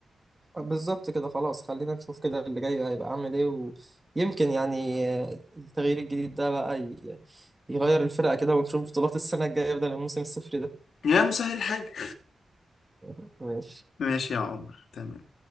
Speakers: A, on the right; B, on the left.
A: بالظبط كده خلاص خلينا نشوف كده اللي جاي هيبقى عامل ايه ويمكن يعني آه، التغيير الجديد ده بقى ي- يغير الفرقه كده ونشوف بطولات السنه الجايه بدل الموسم الصفر ده
B: يا مسهل الحاجه
A: <laughs> ماشي
B: ماشي يا عمر تمام